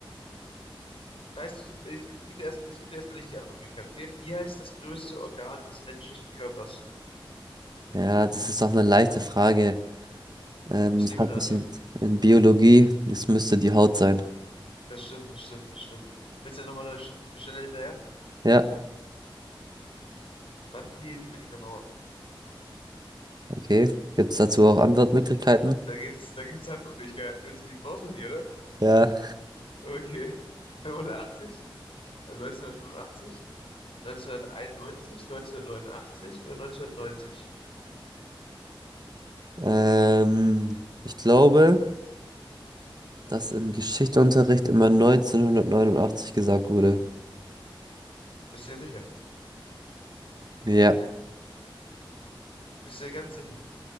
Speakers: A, on the left; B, on the right.
A: Weißt du, ich gebe dir erst, ich gebe dir erstmal nicht die Antwortmöglichkeit, okay? Wie heißt das größte Organ des menschlichen Körpers?
B: ja, das ist auch eine leichte Frage. Ähm,
A: Ich
B: das
A: liebe
B: hatte
A: eine andere.
B: ich in, in Biologie. Es müsste die Haut sein.
A: Das stimmt, das stimmt, das stimmt. Willst du nochmal eine Sch- schnelle hinterher?
B: Ja,
A: Wann fiel die Berliner Mauer?
B: okay. Gibt es dazu auch Antwortmöglichkeiten?
A: Da gibt's, da gibt's Antwortmöglichkeiten. Willst du die, brauchst du die, oder?
B: Ja.
A: Okay. <laughs> 85? Also 1985? 1991? 1989 oder 1990?
B: Ähm, ich glaube, dass im Geschichtsunterricht immer 1989 gesagt wurde.
A: Bist du dir sicher?
B: Ja,
A: Bist du dir ganz sicher?